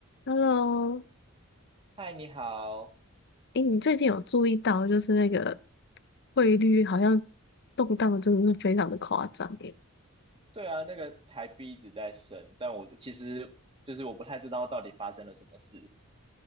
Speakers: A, on the left (about 55°); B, on the right (about 25°).
A: Hello，
B: 嗨，你好。
A: 哎，你最近有注意到就是那个汇率好像动荡的真的是非常的夸张诶。
B: 对啊，那个台币一直在升，但我其实就是我不太知道到底发生了什么事。